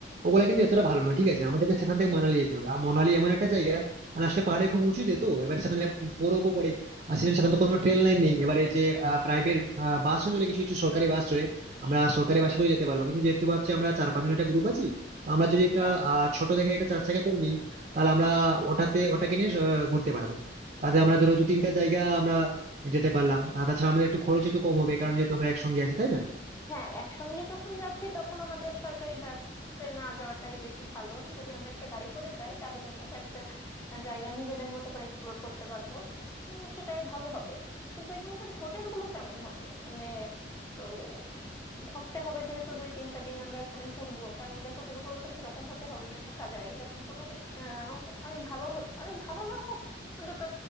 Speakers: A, on the right; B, on the left.
A: ওগুলা
B: হুম।
A: কিন্তু এতটা ভালো নয় ঠিক আছে আমাদেরকে সেখান থেকে মানালি যেতে হবে আর মানালি এমন একটা জায়গা মানে আসলে পাহাড়ে খুব উঁচুতে তো এবার সেখানে বরফও পড়ে আর সেজন্য সেখানে তো কোনো ট্রেন লাইন নেই এবারে যে প্রাইভেট বাসও চলে কিছু কিছু সরকারি বাস চলে আমরা সরকারি বাসে করে যেতে পারবো কিন্তু যেহেতু ভাবছি আমরা চার পাঁচজন একটা গ্রুপ আছি তো আমরা যদি একটা
B: হ্যাঁ
A: আহ, ছোট দেখে একটা চার চাকা করে নিই তাহলে আমরা ওটাতে ওটাকে নিয়ে আহ, ঘুরতে পারবো তাতে আমরা ধরো দু তিনটা জায়গা আমরা যেতে পারলাম আর তাছাড়া আমাদের একটু খরচ একটু কম হবে কারণ যেহেতু আমরা একসঙ্গে আছি তাই না
B: হ্যাঁ একসঙ্গে যখন যাচ্ছি তখন আমাদের সরকারি বাসে না যাওয়াটাই বেশি ভালো যদি আমরা একটা গাড়ি করে যাই তাহলে আমরা কয়েকটা জায়গা নিজেদের মতো করে এক্সপ্লোর করতে পারবো আহ, সেটাই ভালো হবে কিন্তু এখানকার হোটেলগুলো কেমন হবে মানে উম, থাকতে হবে যেহেতু দুই তিনটা দিন আমরা এখানে ঘুরবো তাহলে হোটেলগুলো তো সেরকম হতে হবে যে থাকা যায় এরকম কোনো আহ, অনেক ভালো হ- অনেক ভালো না হোক অন্তত